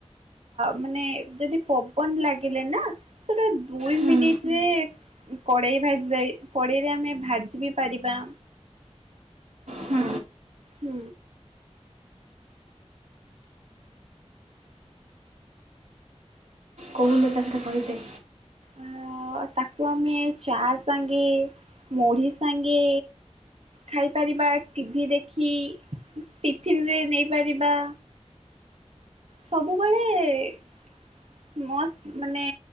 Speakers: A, on the right (about 60°); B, on the right (about 80°).
A: ମାନେ ଯଦି ପବନ ଲାଗିଲେ ନା ଦୁଇ
B: ହୁଁ।
A: ମିନିଟରେ କଡେଇ ଭାଜି ଯ କଡେଇରେ ଆମେ ଭାଜି ବି ପାରିବା।
B: ହୁଁ
A: ହୁଁ।
B: କୋବନ୍ଦ ଚାକିରି କରିଦେ
A: ଅ ତାକୁ ଆମେ ଚା ସାଙ୍ଗେ ମୁଢି ସାଙ୍ଗେ ଖାଇପାରିବା ଟିଭି ଦେଖି ଟିଫିନରେ ନେଇପାରିବା। ସବୁବେଳେ ମାନେ